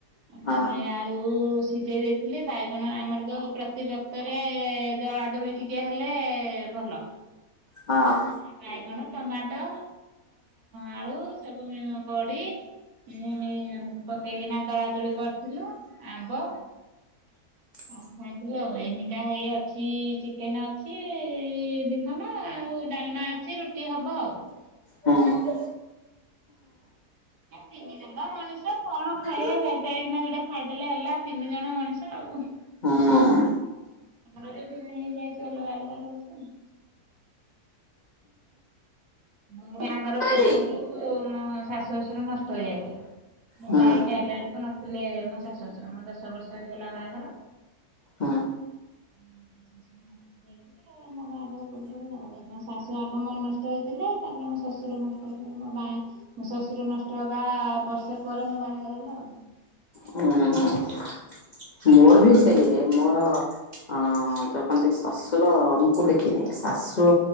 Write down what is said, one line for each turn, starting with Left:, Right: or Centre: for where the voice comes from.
Right: ଆଉ
Left: ହଁ
Right: ତାପରେ ଆ ଆଳୁ ସିଜେଇ ଦେଇଥିଲି ବାଇଗଣ ଆମର ତ ପ୍ରତିିବକ୍ତରେ ଦଳା ଦୁଳି ଟି ଟିକେ ହେଲେ ଭଲ।
Left: ହଁ।
Right: ବାଇଗଣ ଟମାଟ ଆଳୁ ସବୁ ବଡି ଇମି ପକେଇକିନା ଦଳାଦୁଳି କ ଥିଲୁ ଆମ୍ବ
Left: <inaudible>
Right: ଆଉ ଖାଇଥିଲୁ ଆଉ ଏଇନିକା ହେଇ ଅଛି ଚିକେନ ଅଛି ଦି ଖଣ୍ଡ ଆ ଆଉ ଡାଲମା ଅଛି ରୁଟି ହବ ଆଉ।
Left: ହଁ।
Right: ଆ ତିନି ଜଣ ମଣିଷ କଣ ଖାଇବା
Left: ହୁଁ।
Right: ଯାଇତାଇ କିନା ଯୋଡେ ଖାଇଦେଲେ ହେଲା ତିନି ଜଣ ମଣିଷ ଆଉ।
Left: ହଁ।
Right: ଆମର ଏଠି ଭିନେ ହେଇ ଯାଇଚୁ ଅଲଗା ଅଲଗା ରହୁଛୁ ଆଉ। ମୋ ବାହାଘର ପୂର୍ବରୁ
Left: ହୁଁ।
Right: ମୋ ଶାଶୁ ଶଶୁର ନଷ୍ଟ ହେଇଯାଇ ଥିଲେ। ମୁଁ
Left: ହୁଁ
Right: ବାହା ହେଇକି ଆଇଲା ବେଳକୁ ନଥିଲେ ମୋ ଶାଶୁ ଶଶୁର ମୋ ଦଶ ବର୍ଷ ହେଇଗଲା ବାହାଘର।
Left: ହଁ।
Right: ମୋ ଶାଶୁ ଶଶୁର ନ ଥିଲେ। ଯାଇଥିଲେ ମୋ ବାହାଘର ପୂର୍ବରୁ ଆଉ ମୋ ଶାଶୁ ଆଗ ମ ନଷ୍ଟ ହେଇଥିଲେ। ତାପରେ ମୋ ଶଶୁର ନଷ୍ଟ ହେଲେ ମୋ ବା ମୋ ଶଶୁର ନଷ୍ଟ ହେବା ବର୍ଷେ ପରେ ମୋ ବାହାଘର ହେଲା ଆଉ।
Left: ହୁଁ ହୁଁ। ମୋର ବି ସେଇଏ ମୋର ଅ ଯୋଉ କନ୍ତି ଶ୍ୱଶୁର ଙ୍କୁ ଦେଖିନି ଶାଶୁ